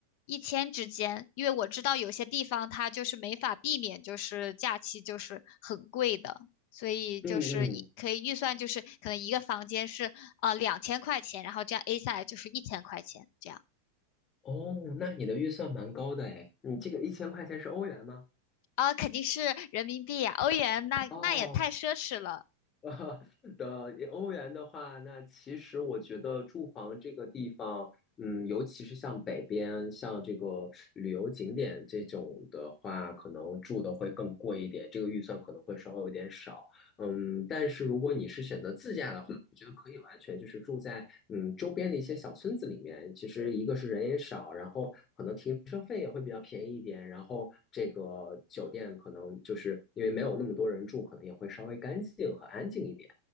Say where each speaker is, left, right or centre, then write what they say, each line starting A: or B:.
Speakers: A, on the left; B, on the left.
A: 一千之间，因为我知道有些地方它就是没法避免，就是假期就是很贵的。所以就是一可以预算就是可能一个房间是呃两千块钱，
B: 嗯嗯，
A: 然后这样 A 下来就是一千块钱这样
B: 哦，那你的预算蛮高的诶，你这个一千块钱是欧元吗？
A: 啊，肯定是人民币呀、欧元那那也太奢侈了。
B: 哦 <laughs> 呃的欧元的话，那其实我觉得住房这个地方，嗯，尤其是像北边，像这个旅游景点这种的话，可能住的会更贵一点，这个预算可能会稍微有点少。嗯，但是如果你是选择自驾的话，我觉得可以完全就是住在嗯周边的一些小村子里面。其实一个是人也少，然后可能停车费也会比较便宜一点，然后这个酒店可能就是因为没有那么多人住，可能也会稍微干净和安静一点。